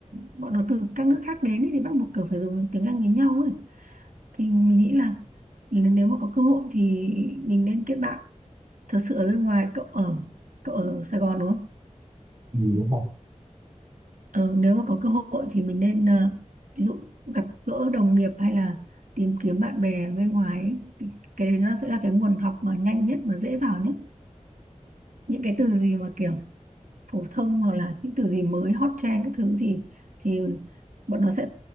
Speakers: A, on the right (about 85°); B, on the right (about 55°).
A: bọn nó từ các nước khác đến ấy, thì bắt buộc kiểu phải dùng tiếng Anh với nhau ấy thì mình nghĩ là nếu mà có cơ hội thì mình nên kết bạn thật sự ở bên ngoài cậu ở cậu ở Sài Gòn đúng không?
B: ừ, đúng không
A: Ờ, nếu mà có cơ hội thì mình nên ờ, ví dụ gặp gỡ đồng nghiệp hay là tìm kiếm bạn bè ở bên ngoài ấy, thì cái đấy nó sẽ là cái nguồn học mà nhanh nhất mà dễ vào nhất. Những cái từ gì mà kiểu phổ thông hoặc là những từ gì mới hot trend các thứ thì thì bọn nó sẽ